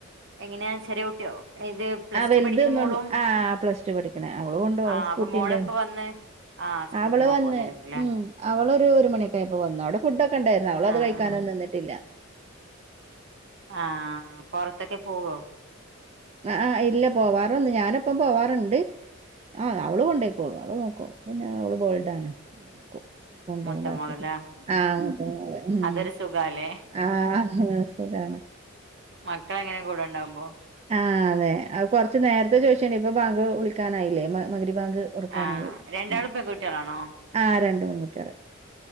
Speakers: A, on the right; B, on the right.
A: എങ്ങനെയാ ചെറിയ കുട്ടിയോ ഇത് പ്ലസ്
B: ആഹ് വലുത്
A: ടു പഠിക്കുന്ന
B: മം
A: മോളും
B: ആ പ്ലസ് ടു പഠിക്കണ അവള് കൊണ്ടോവും
A: ആഹ്
B: സ്‌ക്യൂട്ടി
A: അപ്പൊ മോളിപ്പ
B: ഉണ്ട്
A: വന്ന് ആഹ് സ്കൂട്ടിമ്മ
B: അവള് വന്ന്
A: പോന്നായിരിക്കുംല്ലേ
B: ഉം അവളൊരു ഒരുമണിക്ക ആയപ്പോ വന്നു അവിടെ ഫുഡ്ഡക്കെ ഒണ്ടാരുന്നു അവളത്
A: ആഹ്
B: കഴിക്കാനൊന്നും നിന്നിട്ടില്ല
A: ആഹ് പുറത്തൊക്കെ പോവോ
B: അ ആഹ് ഇല്ല പോവാറൊന്ന് ഞാനൊപ്പം പോവാറുണ്ട് ആഹ് അവള് കൊണ്ടേയ്ക്കോളും അവള് നോക്കും പിന്നെ അവള് ബോൾഡാണ് അവള് നോക്കും കൊണ്ടോവും
A: മൂത്തമോളല്ലെ
B: ഇതാക്കും ആ മൂത്ത മോള് ഉം
A: അതൊരു സുഖല്ലേ
B: ആ സുഖാണ്
A: മക്കള് അങ്ങനെ കൂടെ ഇണ്ടാവുമ്പോ
B: ആഹ് അതെ അത് കുറച്ച് നേരത്തെ ചോദിച്ചേനെ ഇപ്പൊ ബാങ്ക് വിളിക്കാനായില്ലേ മഗരി ബാങ്ക് കൊടുക്കാനായി
A: ആ രണ്ടാളും
B: ആ
A: പെൺകുട്ടികളാണോ
B: ആ രണ്ട് പെൺകുട്ടിയള്